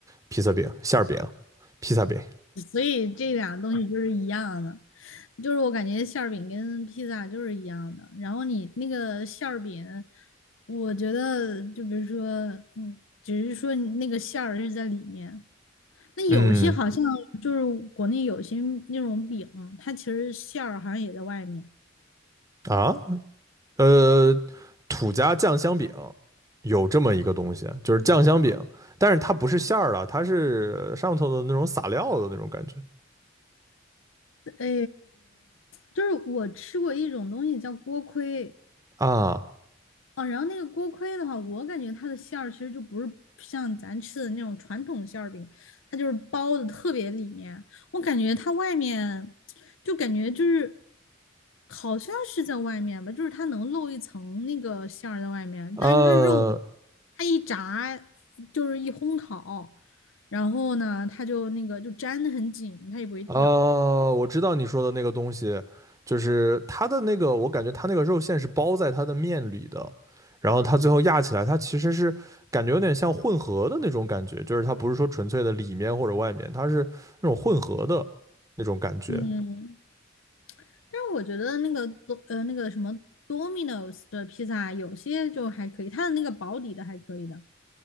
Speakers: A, on the right (about 15°); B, on the left (about 80°).
A: 披萨饼、馅儿饼、披萨饼
B: 所以这两个东西就是一样的，就是我感觉馅儿饼跟披萨就是一样的。然后你那个馅儿饼，我觉得就比如说，嗯，只是说你那个馅儿是在里面。那有些好像就是国内有些那种饼，
A: 嗯，
B: 它其实馅儿好像也在外面。
A: 啊，呃，土家酱香饼有这么一个东西，就是酱香饼，但是它不是馅儿的，它是上头的那种撒料的那种感觉
B: 呃，就是我吃过一种东西叫锅盔，
A: 啊，
B: 哦，然后那个锅盔的话，我感觉它的馅儿其实就不是像咱吃的那种传统馅儿饼，它就是包的特别里面。我感觉它外面就感觉就是好像是在外面吧，就是它能露一层那个馅儿在外面，
A: 呃，
B: 但是它肉它一炸就是一烘烤，然后呢，它就那个就粘得很紧，它也不会掉。
A: 哦，我知道你说的那个东西，就是它的那个，我感觉它那个肉馅是包在它的面里的，然后它最后压起来，它其实是感觉有点像混合的那种感觉，就是它不是说纯粹的里面或者外面，它是那种混合的那种感觉。
B: 嗯，但是我觉得那个多呃那个什么 Domino's 的披萨有些就还可以，它的那个保底的还可以的，